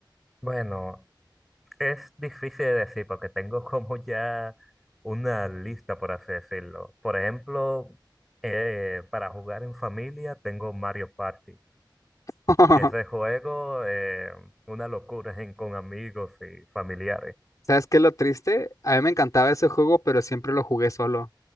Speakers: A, in the centre; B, on the left.
A: Bueno, Es difícil de decir porque tengo <laughs> como ya una lista, por así decirlo. Por ejemplo, eh, para jugar en familia tengo Mario Party.
B: <laughs>
A: Ese juego, eh, una locura en- con amigos y familiares.
B: ¿Sabes qué es lo triste? A mí me encantaba ese juego, pero siempre lo jugué solo.